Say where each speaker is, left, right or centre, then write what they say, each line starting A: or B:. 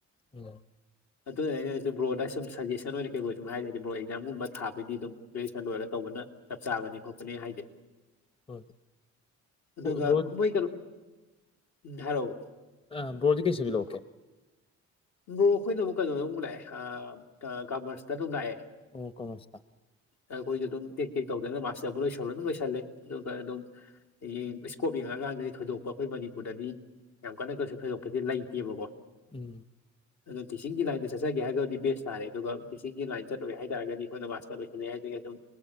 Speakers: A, on the left (about 20°); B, on the left (about 60°).
A: ꯎꯝ
B: ꯑ ꯑꯗꯨꯣ ꯍꯥꯏꯒ ꯕꯣꯔꯗ ꯁꯨꯝ ꯁꯖꯦꯁꯟ ꯑꯣꯏꯅ ꯀ ꯁꯨꯝ ꯍꯥꯏꯔꯒꯦ ꯕꯣꯔ ꯑꯦꯖꯥꯝꯒꯨꯝꯕ ꯊꯥꯕꯗꯤ ꯑꯗꯨꯝ ꯇꯁꯟ ꯂꯣꯏꯔꯒ ꯇꯧꯕꯅ ꯆꯞ ꯆꯥꯕ ꯅꯤ ꯈꯣꯄꯅꯦ ꯍꯥꯏꯗ
A: ꯍꯣꯏ
B: ꯑꯗꯨꯒꯣꯏ
A: ꯕ꯭ꯔꯣ
B: ꯀꯩꯅꯣ ꯙꯔꯑꯣ
A: ꯑ ꯕ꯭ꯔꯣꯗꯤ ꯀꯩꯁꯨꯕꯤ ꯂꯣ ꯑꯣꯀꯦ
B: ꯃ꯭ꯔꯣ ꯑꯩꯈꯣꯏꯅ ꯑꯃꯨꯛ ꯀꯩꯅꯣꯗ ꯑꯃꯨꯛ ꯂꯥꯛꯑꯦ ꯀꯃꯔꯁꯇ ꯑꯗꯨꯝ ꯂꯥꯛꯑꯦ
A: ꯑꯣ ꯀꯁ
B: ꯑꯩꯈꯣꯏꯁꯨ ꯑꯗꯨꯝ ꯇꯦꯛ ꯇꯦꯛ ꯇꯧꯗꯅ ꯃꯥꯁꯇꯕꯨ ꯂꯣꯏꯁꯜꯂ ꯑꯗꯨꯝ ꯂꯣꯏꯁꯜꯂꯦ ꯑꯗꯨꯒ ꯑꯗꯨꯝ ꯑꯩꯡ ꯏꯁꯀꯣ ꯑꯉꯥꯡꯗꯗꯤ ꯊꯣꯏꯗꯣꯛꯄ ꯑꯩꯈꯣꯏ ꯃꯅꯤꯄꯨꯔꯗꯗꯤ ꯌꯥꯝ ꯀꯟꯅ ꯀꯩꯁꯨ ꯊꯣꯏꯗꯣꯛꯄꯁꯦ ꯂꯩꯇꯦꯕꯀꯣ
A: ꯎꯝ
B: ꯑꯗꯨꯣ ꯇꯤꯆꯁꯤꯡꯒꯤꯒꯤ ꯂꯥꯏꯟꯗ ꯆꯠꯆꯒꯦ ꯍꯥꯏꯔꯕꯗꯤ ꯕꯦꯁ ꯇꯥꯔꯦ ꯑꯗꯨꯒ ꯇꯤꯆꯁꯤꯡꯒꯤꯒꯤ ꯂꯥꯏꯟ ꯆꯠꯂꯣꯏ ꯍꯥꯏꯦ ꯍꯥꯏꯇꯥꯔꯒꯗꯤ ꯑꯩꯈꯣꯏꯅ ꯃꯥꯁꯇꯔ ꯂꯣꯏꯁꯜꯂꯦ ꯍꯥꯏꯗꯤ ꯑꯗꯨꯝ